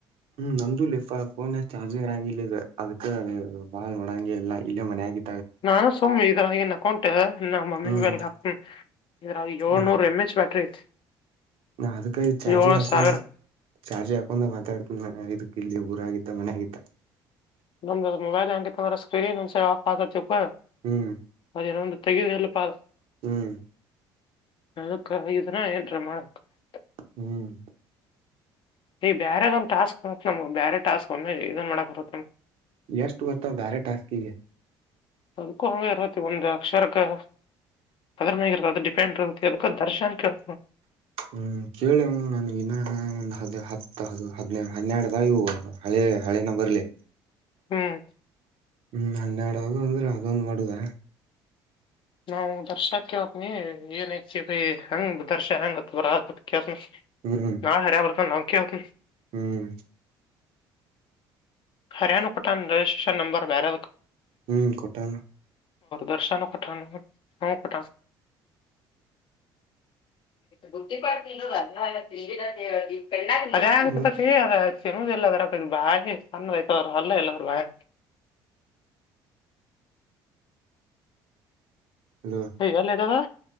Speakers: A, on the right; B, on the left.
A: ಹ್ಮ್ ನಂದು ಲಿಫ ಫೋನ್ ಚಾರ್ಜ್ ಇರಂಗಿಲ್ಲ ಈಗ ಅದಕ್ಕ ಬಾಳ್ ನೋಡಂಗೆ ಎಲ್ಲಾ ಇಲ್ಲೇ ಮನೆ ಆಗಿ
B: ನಾನು ಸುಮ್ಮ್ನೆ ಇದ್ರಾಗಿನ್ ಅಕೌಂಟದ ನಮ್ ಮಮ್ಮಿ
A: ಹ್ಮ್
B: ವರ್ಗ್ ಹಾಕ್ತಿ. ಇದ್ರಾಗಿ ಏಳ್ನೂರ್
A: ನಾ
B: ಎಂ ಎಚ್ ಬ್ಯಾಟ್ರಿ. ಐತಿ
A: ನಾ ಅದಕ ಈ ಚಾರ್ಜಿ
B: ಏಳ್
A: ಹಾಕೊಂಡ
B: ಸಾವಿರ
A: ಚಾರ್ಜಿಗ್ ಹಾಕೊಂಡ ಮಾತಾಡ್ತ್ನ ಇದು ಇಲ್ಲಿ ಊರ ಆಗದ್ದ ಮನೆಯಾಗಿದ್ದ.
B: ನಮ್ದ ಮೊಬೈಲ್ <unintelligible> ಸ್ಕ್ರೀನ್ ಒಂದ್ಸರಿ ಆಫ್ ಆತೈತಿ ಅಪ್ಪ
A: ಹ್ಮ್
B: ಅದೇ ನಮ್ದು ತೆಗೆದು ಎಲ್ಲ ಪ
A: ಹ್ಮ್
B: ಅದು ಕರಗಿದ್ರೆ ಏನ್ರೀ <unintelligible>
A: ಹ್ಮ್
B: ಈ ಬೇರೆದೊಂದ್ ಟಾಸ್ಕ್ ನಮ ಬೇರೆ ಟಾಸ್ಕ್ ಒಮ್ಮ ಇದನ್ ಮಾಡಕ್ ಬರತ್ತಮ
A: ಎಷ್ಟು ಗೊತ್ತ ಬಾರೆ ಟಾಸ್ಕಿಗೆ
B: ಅದಕ್ಕೂ ಹಂಗ ಇರ್ವತಿ ಒಂದು ಅಕ್ಷರಕ್ಕ ಅದ್ರನಾಗಿರತ್ತ ಅದ ಡಿಪೆಂಡ್ ಅದ ದರ್ಶನ್ಕ್ಕೆೇಳ
A: ಹ್ಮ್ ಕೇಳೇಮ್ಮ ನನ್ ಇನ ಒಂದ್ ಹ ಹತ್ತು ಹ ಹದ್ ಹದೆರಡದಾಗಿ ಹಳೆನ ಬರ್ಲಿ
B: ಹ್ಮ್
A: ಹ್ಮ್ ಹನ್ನೆರಡದು ಅಂದ್ರೆ ಅದೊಂದ್ ಮಾಡುದ
B: ನಾವು ದರ್ಶಾಕ್ಕೆ ಹತ್ನಿ ಏನ್ ಐತಿ ಭ ಹಂಗ ದರ್ಶಾ ಹಂಗತ್ ಬರತ್ ಕೇತ್ನಿ
A: ಹ್ಮ್
B: ನಾ ಹರ ಬರ್ತ ನಾವುಕ ಹೊತ
A: ಹ್ಮ್
B: ಹರಯಣು ಪಟಾಣ ರಿಜಿಸ್ಟರ್ ನಂಬರ್ ಬರ
A: ಹ್ಮ್ ಕೊಟಾನ
B: ದರ್ಶಾನ ಕಠಾಣ ಹ ಕಠಾಣ ಗುಟ್ಟಿ ಪಡ್ತ ಅ ತಿಂಡಿ ನವಿ ಅದ್ಯಾಂಗತತಿ
A: ಮತ್
B: ಅದ ಚೆನ್ನದಲ್ಲ ಅದರಕದು ಬಾಷಿ ಸಣ್ಣ ವಯತ ಅಲ್ಲ ಇಲ್ಲ ಅದರಾಗ ಬಯ
A: ಅಲೋ
B: ಹ ಯಲ್ಲ ದಾದಾ